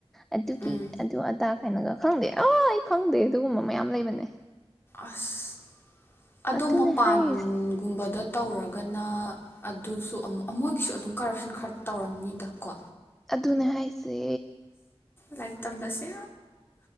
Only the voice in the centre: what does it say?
ꯑꯗꯨ ꯀꯤ
ꯑꯗꯨ ꯑꯗ ꯀꯥꯏꯅꯒ ꯈꯪꯗꯦ ꯑ ꯑꯩ ꯈꯪꯗꯦ ꯑꯗꯨꯒꯨꯝꯕ ꯃꯌꯥꯝ ꯂꯩꯕꯅꯦ
ꯑꯗꯨꯅꯦ
ꯍꯥꯏꯔꯤꯁꯦ
ꯑꯗꯨꯅꯦ ꯍꯥꯏꯁꯦ